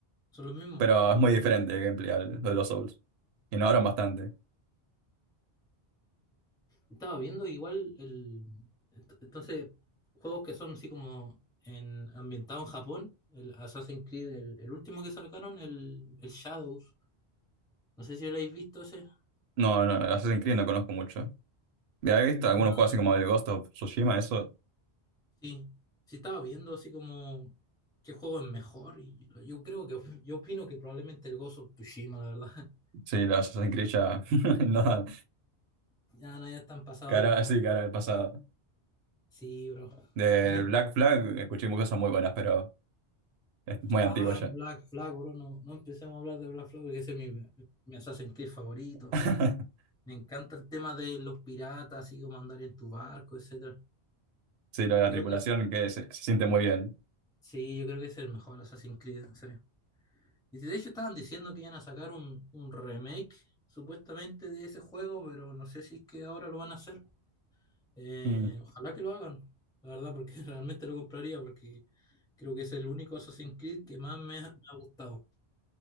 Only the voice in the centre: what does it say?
Son los mismos.
Ah.
Estaba viendo igual el. ent- Entonces, juegos que son así como en, ambientados en Japón, el Assassin's Creed, el, el último que sacaron, el, el Shadows. No sé si lo habéis visto ese.
Ah,
sí. Sí, estaba viendo así como qué juego es mejor. Y yo, yo creo que <laughs> yo opino que probablemente el Ghost of Tsushima, la verdad. <laughs>
Ya, no, ya están pasados
de moda.
Sí, bro.
<laughs>
Ah,
Black Flag, bro. No, no empecemos a hablar de Black Flag, porque ese es mi, mi Assassin's Creed favorito.
Me encanta el tema de los piratas, así como andar en tu barco, etcétera.
Creo
que
sí, yo creo que es el mejor Assassin's Creed, en serio. Y de hecho estaban diciendo que iban a sacar un, un remake, supuestamente, de ese juego, pero no sé si es que ahora lo van a hacer. Eh,
ojalá que lo hagan, la verdad, porque <laughs> realmente lo compraría, porque creo que es el único Assassin's Creed que más me ha, me ha gustado.